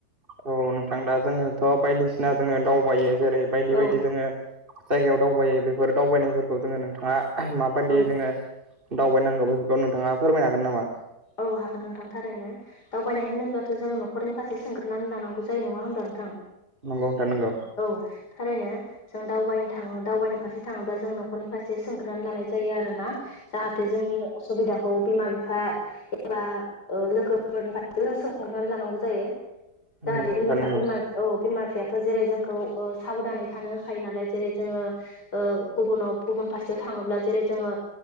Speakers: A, on the right; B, on the left.
A: औ नोंथां दा जोङोथ' बायदिसिना जोङो दावबायो जेरै बायदि
B: औ
A: बायदि जोङो जायगायाव दावबायो बेफोर दावबायनायफोरखौ जोङो नोंथाङा माबायदि
B: औ
A: जोङो दावबायनांगौ बेफोरखौ नोंथाङा फोरमायनो हागोन नामा?
B: औ हागोन नोंथां थारैनो दावबायनाय होनोब्लाथ' जों न'खरनि फारसे सोंग्रोनानै लानां बुजायो नङा होमब्ला नोंथां?
A: नंगौ नोंथा नंगौ।
B: औ थारैनो जों दावबायनो थाङो दावबायनो फारसे थाङोब्ला जों न'खरनि फारसे सोंग्रानै लानाय जायो आरो ना। जाहाथे जोंनि असुबिदाखौ बिमा बिफा एबा लोगोफोरनि फारसेबो जों सोंग्रनानै लानांगौ जायो‌।
A: नोंथां
B: जाहाथे बि
A: नंगौ
B: बिमा औ बिमा बिफायाथ' जेरै जोंखौ ओ साबदानै थानो होखायो नालाय जेरै जोङो गुबुनाव गुबुन फारसेयाव थाङोब्ला जेरै जोङो